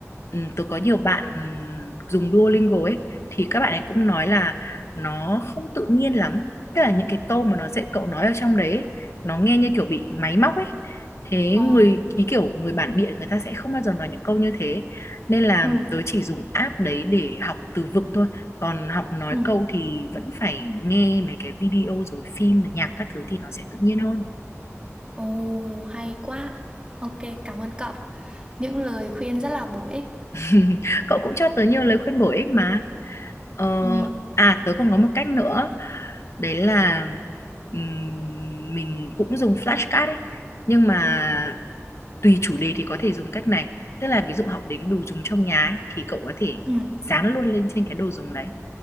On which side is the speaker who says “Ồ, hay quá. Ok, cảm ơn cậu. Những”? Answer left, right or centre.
Right